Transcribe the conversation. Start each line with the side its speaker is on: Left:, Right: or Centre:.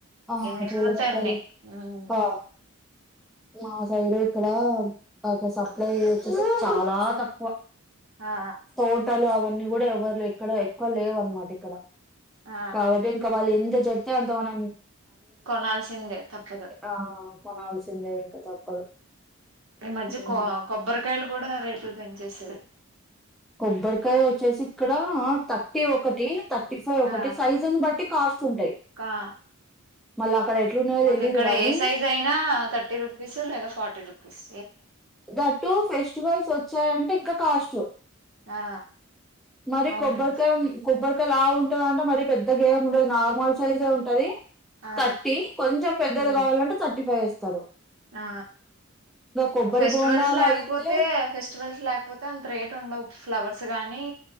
Centre: ఆ
Right: ఎన్ని
Centre: పూల
Right: కావాలితే
Centre: మొక్కలు
Right: అన్ని ఉమ్
Centre: ఆ మా సైడు ఇక్కడ ఒక సప్లై వచ్చేది చాలా తక్కువ
Right: ఆ
Centre: తోటలు అవన్నీ కూడా ఎవరు ఎక్కడ ఎక్కువ లేవు అనమాట ఇక్కడ
Right: ఆ
Centre: కాబట్టి ఇంకా వాళ్ళు ఎంత చెప్తే అంత మన
Right: కొనాల్సిందే తప్పదు
Centre: ఆ కొనాల్సిందే ఇంకా తప్పదు
Right: మద్య
Centre: ఉమ్.
Right: కొబ్బరికాయలు కూడా రేట్లు పెంచేసరు
Centre: కొబ్బరికాయ వచ్చేసి ఇక్కడ థర్టీ ఒకటి థర్టీ ఫైవ్ ఒకటి
Right: ఆ
Centre: సైజ్ ని బట్టి కాస్ట్ ఉంటాయి
Right: ఆ
Centre: మళ్ళీ అక్కడ ఎట్లున్నాయో
Right: మాకు
Centre: తెలీదు
Right: ఇక్కడ
Centre: గానీ
Right: ఏ సైజ్ అయినా థర్టీ రుపీస్ లేదా ఫార్టీ రుపీస్
Centre: దట్టు ఫెస్టివల్స్ వచ్చాయంటే ఇంకా కాస్ట్
Right: ఆ
Centre: మరి
Right: అవునండి
Centre: కొబ్బరకాయ కొబ్బరి కాయ లావు ఉంటాదంటే మరి పెద్ద గేమ్ ఉండదు నార్మల్ సైజే ఉంటది
Right: ఆ
Centre: థర్టీ కొంచెం పెద్దది
Right: ఉమ్
Centre: కావాలంటే థర్టీ ఫైవ్ ఇస్తరు
Right: ఆ
Centre: కొబ్బరి
Right: ఫెస్టివల్స్
Centre: బోండాలు
Right: లేకపోతే
Centre: అయితే
Right: ఫెస్ట్ పెస్టివల్స్ లేకపోతే అంత రేట్ ఉండవు ఫ్లవర్స్ గానీ